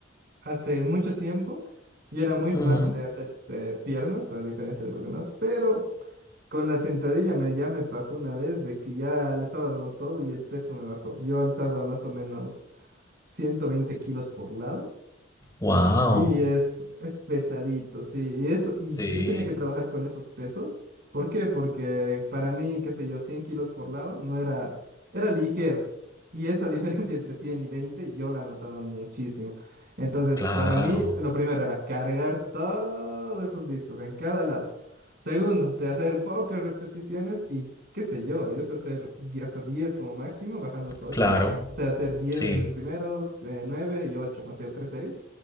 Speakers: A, on the right; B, on the left.
A: hace mucho tiempo y era muy
B: Ujú.
A: fan de hacer eh, piernas, a diferencia de los demás, pero con la sentadilla me, ya me pasó una vez de que ya le estaba dando todo y el peso me bajó. Yo alzaba más o menos 120 kilos por lado.
B: Wow.
A: Y es, es pesadito, sí. Y eso, y
B: Sí,
A: yo tenía que trabajar con esos pesos. ¿Por qué? Porque para mí, qué sé yo, 100 kilos por lado no era, era ligero. Y esa <laughs> diferencia entre 100 y 20 yo la notaba muchísimo. Entonces,
B: claro,
A: para mí, lo primero era cargar todos esos discos en cada lado. Segundo, de hacer pocas repeticiones y qué sé yo, yo sé hacer di- hasta 10 como máximo, bajando hasta ocho
B: claro,
A: O sea, hacer diez
B: sí.
A: el primero, eh, 9 y ocho o sea, tres series.